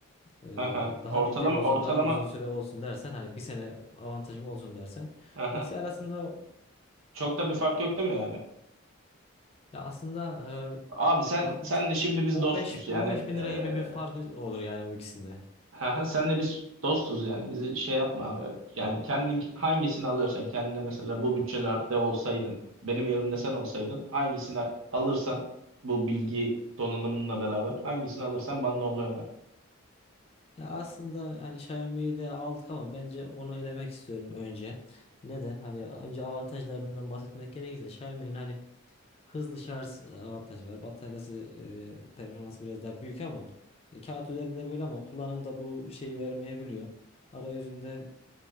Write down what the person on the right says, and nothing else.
haha.
Ortalama
ortalama
haha.
Çok da bir fark yok değil mi yani?
Abi sen
senle şimdi biz
dostuz yani
e,
Ha, ha, senle biz dostuz yani bizi şey yapma abi. Yani kendin hangisini alıyorsan kendine mesela bu bütçelerde olsaydın benim yerimde sen olsaydın hangisini alırsan bu bilgi donanımınla beraber hangisini alırsan bana onu öner.